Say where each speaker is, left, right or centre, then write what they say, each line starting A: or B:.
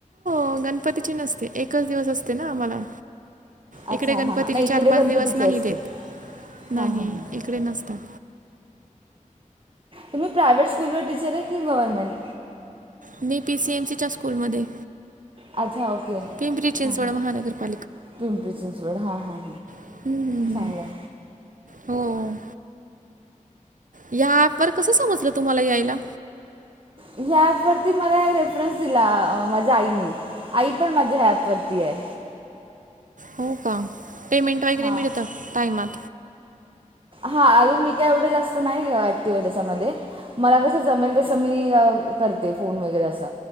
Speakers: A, on the right; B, on the right.
A: हो गणपतीची नसते एकच दिवस असते ना आम्हाला. इकडे
B: अच्छा
A: गणपतीचे
B: हां हां नाही इकडे
A: चार पाच
B: गणपतीची
A: दिवस नाही
B: असते
A: देत
B: हां
A: नाही
B: हां हां
A: इकडे नसतात.
B: तुम्ही प्रायव्हेट स्कूल वर टीचर आहे की गव्हर्नमेंट?
A: मी पीसीएमसीच्या स्कूलमध्ये
B: अच्छा ओके हां
A: पिंपरी चिंचवडा
B: हां
A: महानगरपा
B: पिंपरी चिंचवड हा हा
A: हम्म, हम्म, हम्म.
B: चांगलाय.
A: हो या ॲप वर कसं समजलं तुम्हाला यायला?
B: ह्या ॲप वरती मला रेफरन्स दिला अ माझ्या आईने. आई पण माझी ह्या ॲप वरती आहे.
A: हो का <inaudible> पेमेंट वगैरे
B: हां
A: मिळतं टायमात.
B: हा अजून मी काय एवढं जास्त नाही ऍक्टिव्ह त्याच्यामध्ये. मला कसं जमेल तसं मी <inaudible> करते फोन वगैरे असं..